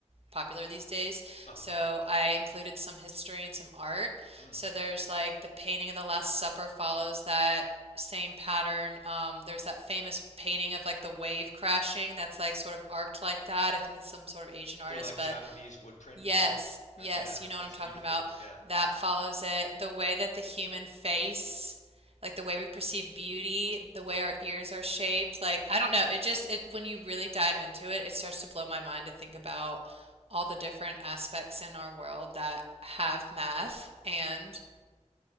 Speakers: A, on the right (about 55°); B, on the left (about 80°).
A: popular these days.
B: uh
A: So I included some history and some art.
B: mm,
A: So there's like the painting of the Last Supper follows that same pattern. Um, there's that famous painting of like the wave crashing that's like sort of arced like that. I think it's some sort of Asian artist,
B: the like
A: but
B: Japanese wood print
A: Yes,
B: one. Oh
A: yes,
B: yeah,
A: you know
B: that's
A: what I'm talking
B: beautiful.
A: about.
B: Yeah
A: That follows it. The way that the human face, like the way we perceive beauty, the way our ears are shaped, like I don't know, it just it when you really dive into it, it starts to blow my mind to think about all the different aspects in our world that have math and